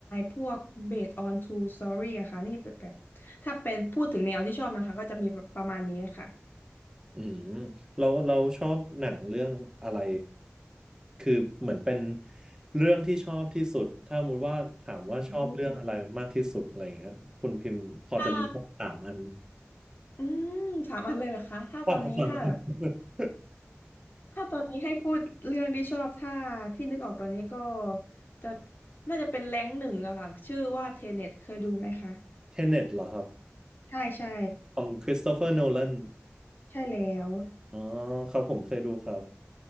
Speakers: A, on the left; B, on the right.
A: พวก based on true story อะค่ะนี่แบบแบบถ้าเป็นพูดถึงแนวที่ชอบนะคะก็จะมีประมาณนี้ค่ะ
B: อืมเราเราชอบหนังเรื่องอะไรคือเหมือนเป็นเรื่องที่ชอบที่สุดถ้าสมมติว่าถามว่าชอบเรื่องอะไรมากที่สุดอะไรอย่างเงี้ยคุณพิมพ์พอจะมีสักสามอัน
A: อืมถ้าอืมสามอันเลยเหรอคะถ้าตอนนี้ถ้าแบบ
B: พอจะฟังอัน <laughs>
A: ถ้าตอนนี้ให้พูดเรื่องที่ชอบถ้าที่นึกออกตอนนี้ก็จะน่าจะเป็นแรงค์หนึ่งอะค่ะชื่อว่าเทเน็ตเคยดูไหมคะ
B: เทเน็ตเหรอครับ
A: ใช่ใช่
B: ของคริสโตเฟอร์โนแลน
A: ใช่แล้ว
B: อ๋อครับผมเคยดูครับ